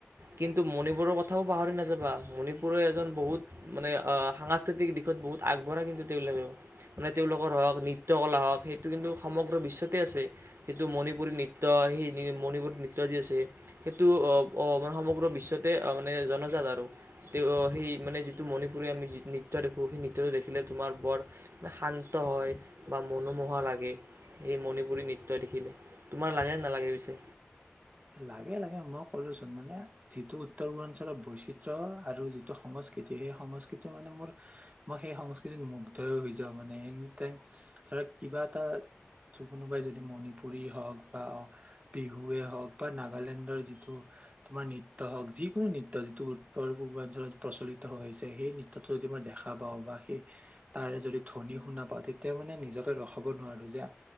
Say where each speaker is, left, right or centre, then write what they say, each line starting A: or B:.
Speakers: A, on the right (about 70°); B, on the right (about 35°).
A: কিন্তু মণিপুৰৰ কথাও পাহৰি নাযাবা মণিপুৰৰে এজন বহুত মানে সাংস্কৃতিক দিশত বহুত আগবঢ়া কিন্তু তেওঁলোকেও মানে তেওঁলোকৰ হওক নৃত্য কলা হওক সেইটো কিন্তু সমগ্ৰ বিশ্বতেই আছে যেইটো মণিপুৰী নৃত্য সেই মণিপুৰী নৃত্য নৃত্য যি আছে সেইটো মান সমগ্ৰ বিশ্বতে মানে জনজাত আৰু তেওঁ সেই মানে যিটো মণিপুৰী আমি নৃত্য দেখোঁ সেই নৃত্যটো দেখিলে তোমাৰ বৰে শান্ত হয় বা মনোমোহা লাগে সেই মণিপুৰী নৃত্য দেখিলে তোমাৰ লাগে নালাগে পিছে
B: লাগে লাগে মই ক'লোচোন মানে যিটো উত্তৰ পূৰ্বাঞ্চলৰ বৈচিত্ৰ্য আৰু যিটো সংস্কৃতি সেই সংস্কৃতি মানে মোৰ মই সেই সংস্কৃতিত মুগ্ধই হৈ যাওঁ মানে এনি টাইম ধৰক কিবা এটা কোনোবাই যদি মণিপুৰী হওক বা বিহুৱে হওক বা নাগালেণ্ডৰ যিটো তোমাৰ নৃত্য হওঁক যিকোনো নৃত্য যিটো উত্তৰ পূৰ্বাঞ্চলত প্ৰচলিত হৈ আহিছে সেই নৃত্যটো যদি মই দেখা পাওঁ বা সেই তাৰে যদি ধ্বনি শুনা পাওঁ তেতিয়া মানে নিজকে ৰখাব নোৱাৰো যে